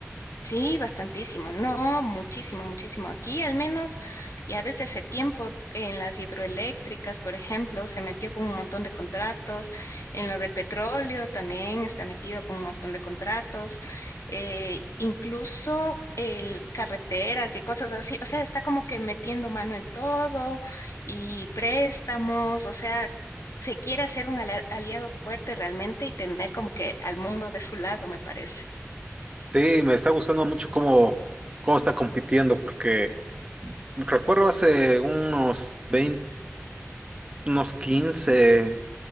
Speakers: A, on the left (about 90°); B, on the right (about 20°).
A: Sí, bastantísimo, no, muchísimo, muchísimo. Aquí al menos ya desde hace tiempo en las hidroeléctricas, por ejemplo, se metió con un montón de contratos, en lo del petróleo también está metido con un montón de contratos, eh, incluso el carreteras y cosas así, o sea, está como que metiendo mano en todo y préstamos, o sea, se quiere hacer un ala- aliado fuerte realmente y tener como que al mundo de su lado, me parece.
B: Sí, me está gustando mucho cómo, cómo está compitiendo, porque recuerdo hace unos 20, unos 15,